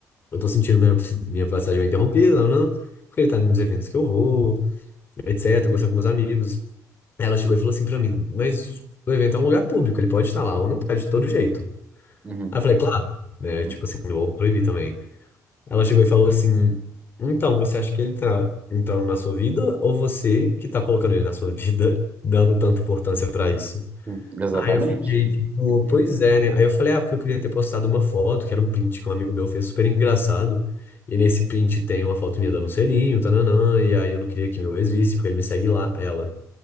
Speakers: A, on the left (about 35°); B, on the right (about 20°).
A: eu tô sentindo minha, minha privacidade meio interrompida, tananã, porque ele tá nos eventos que eu vou, etc, conversando com meus amigos. Ela chegou e falou assim pra mim, mas o evento é um lugar público, ele pode estar lá ou não pode, de todo jeito.
B: Uhum.
A: Aí eu falei, claro, né?
B: Hum,
A: Tipo assim, não vou proibir também. Ela chegou e falou assim: então, você acha que ele tá entrando na sua vida ou você que tá colocando ele na sua <laughs> vida, dando tanta importância pra isso?
B: hum, Exatamente.
A: Aí eu fiquei tipo,
B: Hum,
A: pois é, né? Aí eu falei, ah, porque eu queria ter postado uma foto, que era um print que um amigo meu fez super engraçado. E nesse print tem uma foto minha dando um selinho, tananã, e aí eu não queria que meu ex visse, porque ele me segue lá, ela.